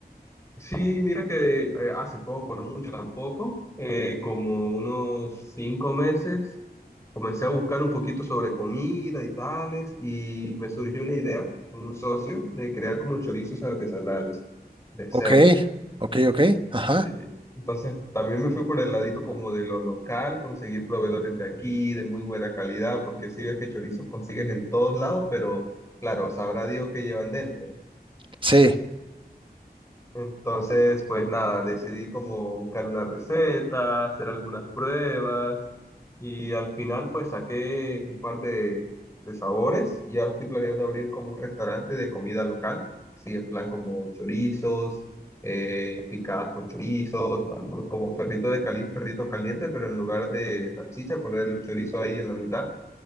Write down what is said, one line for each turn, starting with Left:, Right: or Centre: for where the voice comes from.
Left: Sí, mira que eh, hace poco, no mucho tampoco, eh, como unos cinco meses, comencé a buscar un poquito sobre comida y tales, y me surgió una idea con un socio de crear como chorizos artesanales de cerdo.
Right: Ok, ok, ok, ajá,
Left: Sí. Entonces, también me fui por el ladito como de lo local, conseguir proveedores de aquí, de muy buena calidad, porque si ves que chorizos consigues en todos lados, pero claro, sabrá Dios qué llevan dentro.
Right: sí.
Left: Entonces, pues nada, decidí como buscar una receta, hacer algunas pruebas y al final pues saqué un par de, de sabores y ahora estoy planeando abrir como un restaurante de comida local, sí, en plan como chorizos, eh, picadas con chorizos, algunos como perritos de cali- perritos calientes, pero en lugar de salchicha ponerle un chorizo ahí en la mitad